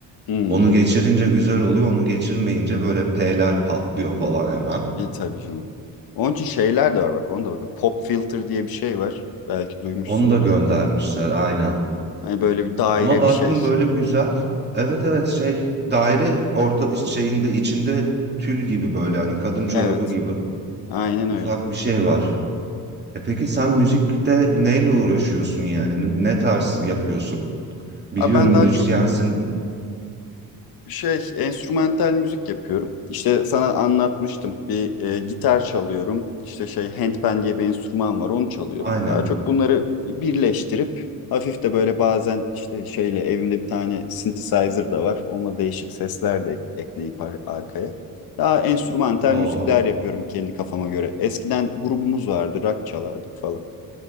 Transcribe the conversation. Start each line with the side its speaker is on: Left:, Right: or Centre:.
Left: Hmm.
Right: Onu geçirince güzel oluyor. Onu geçirmeyince böyle P'ler patlıyor falan hemen.
Left: E tabii canım. Onun için şeyler de var bak onu da bak. Pop filter diye bir şey var. Belki duymuşsundur.
Right: Onu da göndermişler aynen.
Left: Yani böyle bir daire
Right: Ama baktım
Left: bir şey.
Right: böyle güzel. Evet evet şey daire orta şeyinde içinde tül gibi böyle hani kadın çorabı
Left: Evet,
Right: gibi
Left: aynen
Right: ufak
Left: öyle.
Right: bir şey var. E peki sen müzikte neyle uğraşıyorsun yani? N- Ne tarz yapıyorsun? Biliyorum
Left: A, Ben daha
Right: müzisyensin.
Left: çok şey enstrümantal müzik yapıyorum. İşte sana anlatmıştım. Bir e, gitar çalıyorum. İşte şey handpan diye bir enstrüman var, onu çalıyorum.
Right: Aynen.
Left: Daha çok bunları birleştirip hafif de böyle bazen işte şeyle evimde bir tane synthesizer da var. Onunla değişik sesler de ekleyip ar- arkaya. Daha enstrümantal
Right: Oo
Left: müzikler yapıyorum kendi kafama göre. Eskiden grubumuz vardı, rock çalardık falan.